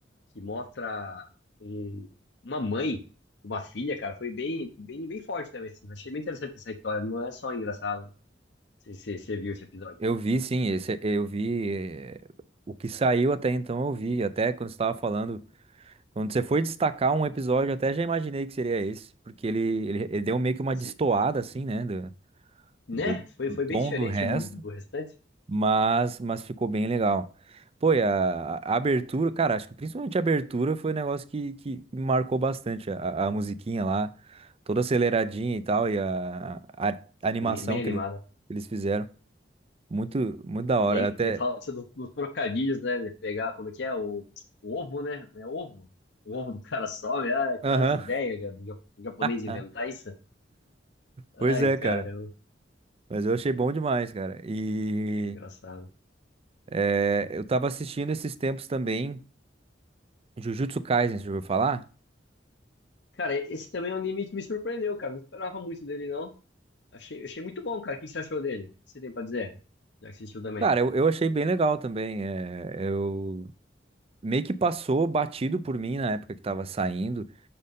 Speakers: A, on the left; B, on the right.
A: que mostra um- uma mãe, uma filha, cara, foi bem, bem, bem forte também, assim, achei bem interessante essa história, não é só engraçado, né, você você- você viu esse episódio,
B: Eu vi, sim, esse eu vi. eh, O que saiu até então eu vi. Até quando você estava falando, quando você foi destacar um episódio, eu até já imaginei que seria esse, porque ele, ele, ele deu meio que uma destoada,
A: Cê-
B: assim, né? Do,
A: né,
B: do,
A: foi,
B: do
A: foi
B: tom
A: bem diferente
B: do resto.
A: do, do restante,
B: Mas, mas ficou bem legal. Pô, e a, a abertura, cara, acho que principalmente a abertura foi um negócio que, que me marcou bastante. A, a musiquinha lá, toda aceleradinha e tal, e a, a- a animação
A: Sim, bem
B: que,
A: animada.
B: ele, que eles fizeram. Muito, muito da hora.
A: E aí,
B: Até.
A: e fala-se do- dos trocadilhos, né? De pegar, como é que é? O, o ovo, né? É ovo? O ovo do cara sobe. Ah, cara,
B: Aham.
A: as ideias, cara, do ja- do japonês
B: <laughs>
A: inventar isso. Ai,
B: Pois é,
A: cara,
B: cara.
A: eu-
B: Mas eu achei bom demais, cara. E
A: engraçado.
B: é, eu tava assistindo esses tempos também, Jujutsu Kaisen, você já ouviu falar?
A: Cara, esse também é um anime que me surpreendeu, cara. Não esperava muito dele, não. Achei, achei muito bom, cara. O que você achou dele? O que você tem pra dizer? Já que assistiu também.
B: Cara, eu, eu achei bem legal também. é, eu meio que passou batido por mim na época que tava saindo,